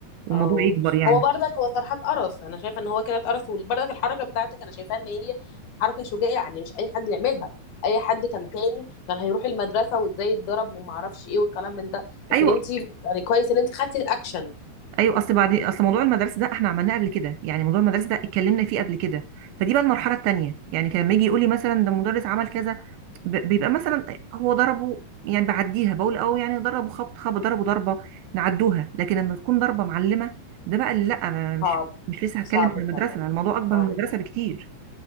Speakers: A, on the right; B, on the left.
A: والموضوع
B: او
A: يكبر يعني
B: هو بردك هو صراحه اتقرص انا شايفه ان هو كده اتقرص وبردك الحركه بتاعتك انا شايفاها ان هي حركه شجاعه يعني مش اي حد يعملها اي حد كان تاني كان هيروح المدرسه وازاي اتضرب وما اعرفش ايه والكلام من ده لكن
A: ايوه
B: انت يعني كويس ان انت خدتي الاكشن
A: ايوه اصل بعد اصل موضوع المدارس ده احنا عملناه قبل كده يعني موضوع المدارس ده اتكلمنا فيه قبل كده فدي بقى المرحله التانيه يعني كان لما يجي يقول لي مثلا ده المدرس عمل كذا ب- بيبقى مثلا هو ضربه يعني بعديها بقول اه يعني ضربه خبط خبط ضربه ضربه نعدوها لكن لما تكون ضربه معلمه ده بقى اللي لا انا مش
B: صعب
A: مش لسه هتكلم
B: صعب
A: عن المدرسه
B: فعلا
A: الموضوع اكبر
B: صعب
A: من المدرسه بكتير